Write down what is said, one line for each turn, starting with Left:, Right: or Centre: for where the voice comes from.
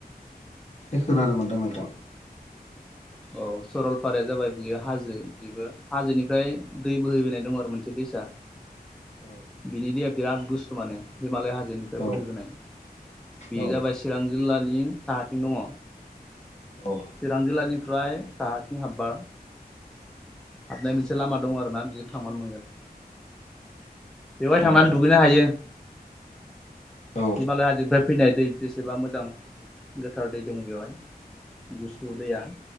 Left: एसे खोनानो मोनदों नोंथां। <inaudible>
Centre: औ सरलपाराया जाबाय बियो हाजो बेबो। हाजोनिफ्राय दै बोहैबोनाय दं आरो मोनसे दैसा।
Left: औ
Centre: बिनि दैया बिराद गुसु माने हिमालय हाजो हाजोनिफ्राय
Left: औ
Centre: बोहैबोनाय बे
Left: औ
Centre: जाबाय चिरां जिल्लानि साहाथिं दङ
Left: औ
Centre: चिरां जिल्लानिफ्राय साहाथिं हाब्बा, हाबनाय मोनसे लामा दं आरो ना बिजों थांनानै मोनगोन बेवहाय
Left: औ
Centre: थांनानै
Left: नोंथां
Centre: दुगैनो हायो।
Left: औ
Centre: हिमालय हाजोनिफ्राय फैनाय दै बेसेबा मोजां गोथार दै दं बेवहाय गुसु दैया